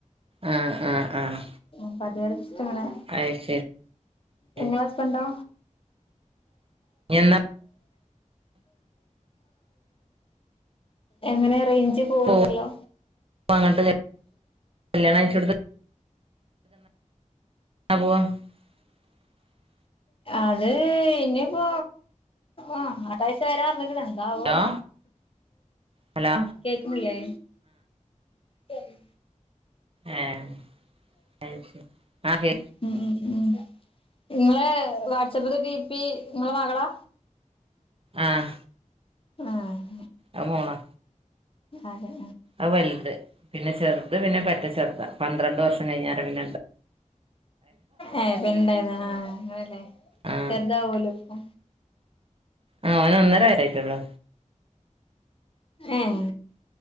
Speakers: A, on the right; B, on the left.
A: ആഹ് ആഹ് ആഹ് ആഹ്
B: അപ്പ അതരച്ചട്ടങ്ങണെ
A: അത് ശരി ഇനി
B: ഇങ്ങളെ ഹസ്ബന്റോ
A: എന്നാ
B: <inaudible> എങ്ങനെറച് പോവണ്ടല്ലോ
A: പോവാ അങ്ങോട്ട് കല്യാണം അഴച്ചെടുത്ത് പോവാ <inaudible>
B: അത് ഇനിപ്പോ അ അത്താഴ്ച വരാറഞ്ഞ്ക്ക്ണ്. ആവോ
A: ഹലോ ഹലോ
B: കേക്കുന്നില്ലേ? ട്ടെരി
A: ഏഹ അയ്ശരി ആ കേ
B: ഉം ഉം ഇങ്ങളെ വാട്‌സപ്പ്ത്തെ ഡിപി ഇങ്ങളെ മകളാ?
A: ആഹ
B: ആഹ
A: ആ മോളാ.
B: അതെ.
A: അഹ് വലുത് പിന്നെ ചെറുത് പിന്നെ പറ്റ ചെറുതാ പന്ത്രണ്ട് വർഷം കഴിഞ്ഞാണ് പിന്നെ ഇണ്ട
B: ഏഹ് പിൻണ്ടാര്ന്നതാ ആഹ് അങ്ങനല്ലേ
A: ആഹ്
B: ചെറുതാവൂലപ്പൊ
A: ആഹ് ഓന് ഒന്നര വയസായിട്ടൊള്ളു
B: ഏഹ്